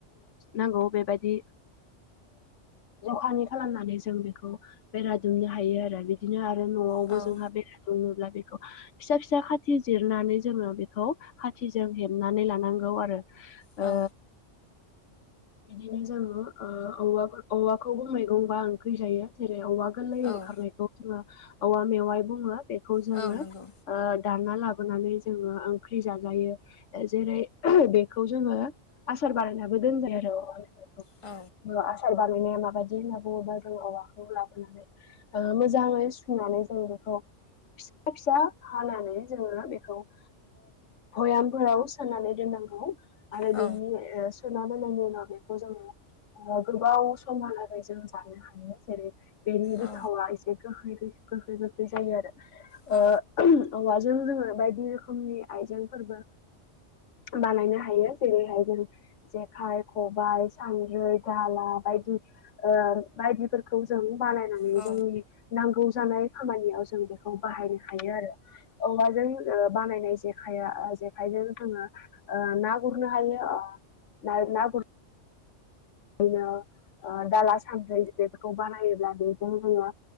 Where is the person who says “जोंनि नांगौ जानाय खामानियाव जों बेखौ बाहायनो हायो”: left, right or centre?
Left